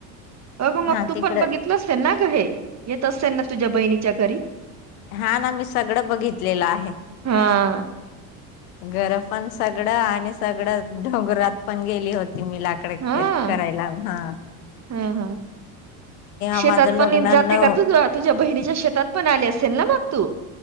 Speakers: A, on the right (about 40°); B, on the left (about 80°).
A: अगं मग
B: हा
A: तू
B: तिकडे
A: पण बघित असेल ना ग हे येत असेल ना तुझ्या बहिणीच्या घरी
B: हा ना मी सगळं बघितलेलं आहे
A: हा
B: घर पण सगळं आणि सगळं डोंगरात पण गेली होती मी लाग डे
A: हा
B: करायला ह
A: हा हा शेतात
B: माझं लग्न
A: पण जाते
B: न
A: का तू तुझ्या बहिणीच्या शेतात पण आले असेल ना मग तू